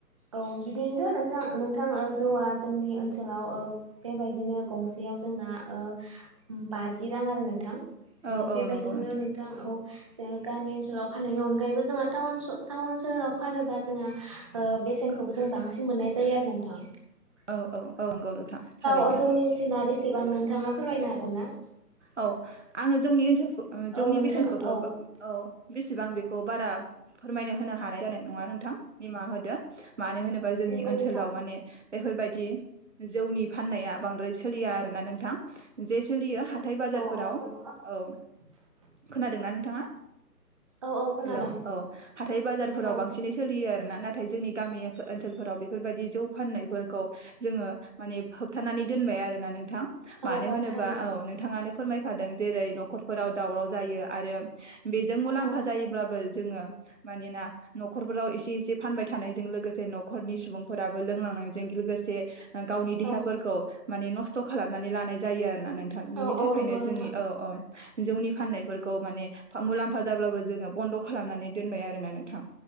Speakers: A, on the right; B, on the right.
A: औ बिदिनोथ'श नोंसां नोंथां ओ जौआ जोंनि ओनसोलाव ओ बेबायदिनो गंसेयाव जोंना ओ बाजि रां आरो नोंथां
B: औ औ
A: बेबायदिनो
B: नंगौ
A: नोंथां औ जों गामि ओनसोलाव फा नायनि अनगायैबो जोंहा टाउन सोहोराव फानोबा जोंहा ओ बेसेन खौबो जों बांसिन मोननाय जायो आरो नोंथां
B: औ औ औ नंगौ नोंथां थारैनो
A: ओ जौनि बेसेना बेसेबां नोंथाङा फोरमायनो हागोन ना
B: औ आङो जौनि ओनसोल खौ
A: औ
B: जौनि
A: नोंथां
B: बेसेनखौथ
A: औ
B: औ बेसेबां बेखौ बारा फोरमायनो होनो हाथ नाय जानाय नङा नोंथां निमाहा होदो मानो होनोबा जोंनि
A: नंगौ
B: ओनसोलाव
A: नोंथां
B: माने बेफोरबायदि जौनि फाननाया बांद्राय सोलिया आरोना नोंथां जे सोलियो हाथाय बाजारफोराव
A: औ औ नंगौ।
B: औ खोनादोंना नोंथाङा
A: औ औ खोनादों
B: हेलो औ हाथाय बाजारफोराव
A: औ
B: बांसिनै सोलियो आरो ना नाथाय जोंनि गामि ओनसोलफोराव बे बेफोरबायदि जौ फाननायफोरखौ जोङो माने होबथानानै दोनबाय आरोना नों नोंथां मानो
A: औ
B: होनोबा
A: औ थारैनो
B: औ नोंथाङानो फोरमायखादों जेरै नखरफोराव दावराव जायो आरो बेजों मुलाम्फा
A: औ
B: जायोब्लाबो जोङो मानोना नखरफोराव एसे एसे फानबाय थानायजों लोगोसे नखरनि सुबुंफोराबो लोंलांनायजों गि लोगोसे गावनि देहाफोरखौ
A: औ
B: माने नस्थ' खालामनानै लानाय जायो आरो आरोना नोंथां बिनि
A: औ
B: थाखायनो
A: औ नंगौ नोंथां
B: जोंनि औ औ जौनि फाननायफोरखौ माने मुलाम्फा जाब्लाबो जोङो बन्द खालामनानै दोनबाय आरो ना नोंथां